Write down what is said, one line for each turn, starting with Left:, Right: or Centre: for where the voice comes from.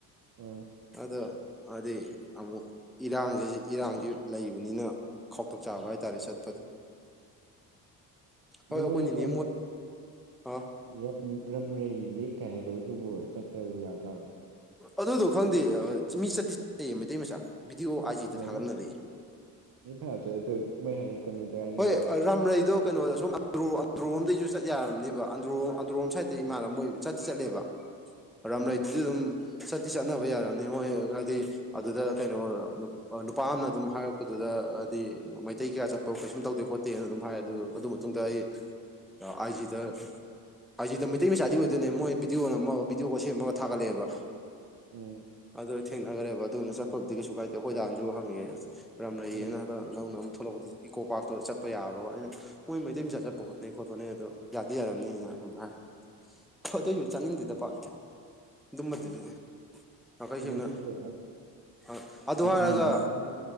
Right: ꯑꯥ
Centre: ꯑꯗ ꯍꯥꯏꯗꯤ ꯑꯃꯨꯛ ꯏꯔꯥꯡꯖꯦ ꯍꯖꯤꯛ ꯏꯔꯥꯡꯖꯦ ꯂꯩꯕꯅꯤꯅ ꯈꯧꯇꯛ ꯆꯥꯕ
Right: ꯎꯝ
Centre: ꯍꯥꯏꯇꯥꯔꯦ ꯆꯠꯄꯗꯣ
Right: ꯑꯗꯣ
Centre: ꯍꯣꯏ ꯑꯩꯈꯣꯏꯅꯤꯅꯦ
Right: ꯃꯣꯏ ꯍꯟꯇꯛ ꯑꯃ
Centre: ꯑ
Right: ꯔꯝ ꯎꯝ ꯔꯝꯔꯩ ꯂꯦꯛ ꯀꯥꯏ ꯍꯥꯏꯗꯨꯕꯨ ꯑꯗꯨꯕꯨ ꯆꯠꯄꯕꯨ ꯌꯥꯖꯥꯠꯂꯣ
Centre: ꯑꯗꯨꯗꯣ ꯈꯪꯗꯦ ꯑꯥ ꯃꯤ ꯆꯠꯇꯤ ꯌꯦ ꯃꯩꯇꯩ ꯃꯆꯥ ꯕꯤꯗꯤꯑꯣ ꯑꯥꯏ ꯖꯤꯗ
Right: ꯑ
Centre: ꯊꯥꯒꯠꯅꯔꯛꯑꯦ
Right: <unintelligible> ꯍꯥꯏꯅꯩꯅꯤ
Centre: ꯍꯣꯏ ꯑꯔ ꯔꯥꯝꯔꯩꯗꯣ ꯀꯩꯅꯣꯗ ꯑꯁꯣꯝ ꯑꯟꯗ꯭ꯔꯣ ꯑꯟꯗ꯭ꯔꯣꯝꯗꯩꯖꯨ ꯆꯠ ꯌꯥꯔꯝꯅꯦꯕ ꯑꯟꯗ꯭ꯔꯣ ꯑꯟꯗ꯭ꯔꯣꯔꯣꯝ ꯁꯥꯏꯠꯇꯇꯩ ꯏꯃꯥꯟꯅꯕ ꯃꯣꯏ ꯆꯠꯇꯤ ꯆꯠꯂꯦꯕ
Right: <inaudible>
Centre: ꯔꯝꯔꯩꯗꯨꯗꯤ
Right: ꯑꯥ
Centre: ꯑꯗꯨꯝ ꯆꯇꯤ ꯆꯠꯅꯕ ꯌꯥꯔꯝꯅꯤ ꯃꯣꯏ ꯑꯗꯣ ꯍꯥꯏꯗꯤ ꯑꯗꯨꯗ ꯀꯩꯅꯣ ꯅꯨꯞ ꯑ ꯅꯨꯄꯥ ꯑꯃꯅ ꯑꯗꯨꯝ ꯍꯥꯏꯔꯛꯄꯗꯨꯗ ꯍꯥꯏꯗꯤ ꯃꯩꯇꯩ ꯀꯌꯥ ꯆꯠ ꯄ ꯀꯩꯁꯨꯝ ꯇꯧꯗꯦ ꯈꯣꯠꯇꯦꯅ ꯑꯗꯨꯝ ꯍꯥꯏ ꯑꯗꯨ ꯑꯗꯨ ꯃꯇꯨꯡꯗ ꯑꯩ ꯑꯥ ꯑꯥꯏ ꯖꯤꯗ ꯑꯥꯏ ꯖꯤꯗ ꯃꯩꯇꯩ ꯃꯆꯥꯗꯤ ꯑꯣꯏꯗꯣꯏꯅꯦ ꯃꯣꯏ ꯕꯤꯗꯤꯑꯣ ꯅꯝꯃꯒ ꯕꯤꯗꯤꯑꯣꯒ ꯁꯦꯝꯃꯒ ꯊꯥꯒꯠꯂꯛꯑꯦꯕ
Right: ꯎꯝ
Centre: ꯑꯗꯨ ꯑꯩ ꯊꯦꯡꯅꯒ꯭ꯔꯦꯕ ꯑꯗꯨꯅ ꯆꯠꯄꯕꯨꯗꯤ ꯀꯩꯁꯨ ꯀꯥꯏꯗꯦ ꯑꯈꯣꯏꯗꯥꯅꯖꯨ ꯍꯪꯉꯛꯑꯦ ꯔꯝꯂꯩꯌꯦꯅ
Right: ꯎꯝ
Centre: ꯅꯧꯅ ꯑꯃ ꯊꯣꯛꯂꯛꯄꯗꯣ ꯏꯀꯣ ꯄꯥꯛꯇꯨ ꯆꯠꯄ ꯌꯥꯕ꯭ꯔꯣꯕ ꯑꯩꯅ ꯃꯣꯏ ꯃꯩꯇꯩ ꯃꯆꯥ ꯆꯠꯄ <unintelligible> ꯈꯣꯠꯅꯩ ꯑꯗꯣ ꯌꯥꯗꯤ ꯌꯥꯔꯝꯅꯤꯅ ꯑꯗꯨꯝ ꯍꯥꯏꯔꯦ ꯑꯗꯨꯑꯣꯏꯖꯨ ꯆꯠꯅꯤꯡꯗꯦꯗ ꯄꯥꯛ ꯏꯊ ꯑꯗꯨꯝꯕꯗꯗꯤ ꯅꯥꯈꯩ
Right: ꯑꯃꯨꯛꯁꯨ
Centre: ꯁꯦꯡꯅ
Right: ꯀꯤꯖꯕ
Centre: ꯑꯥ ꯑꯗꯨ ꯍꯥꯏꯔꯒ
Right: ꯃꯤꯡꯗꯨꯒ